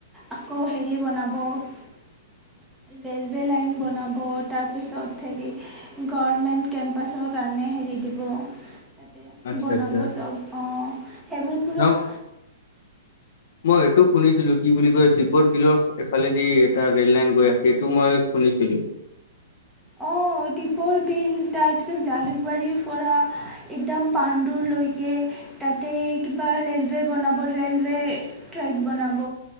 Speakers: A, in the centre; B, on the left.
A: আকৌ হেৰী বনাব ৰেলৱেলাইন বনাব তাৰপাছত হেৰী গৰমেন্ত কেম্পাচৰ কাৰণে হেৰী দিব <inaudible> <unintelligible>
B: আচ্ছা
A: বনাব
B: আচ্ছা
A: চব অ সেইবোৰ কিবা
B: ন
A: <inaudible>
B: মই এইটো শুনিছিলোঁ কি বুলি কয় দীপৰ বিলৰ এইফালে দি এটা ৰেললাইন গৈ আছে এইটো মই শুনিছিলোঁ
A: অ' দীপৰ বিল। তাৰ পিছত জালুকবাৰী ৰ পৰা একদম পাণ্ডুলৈকে। তাতে কিবা ৰেলৱে বনাব ৰেলৱে ট্ৰেক বনাব।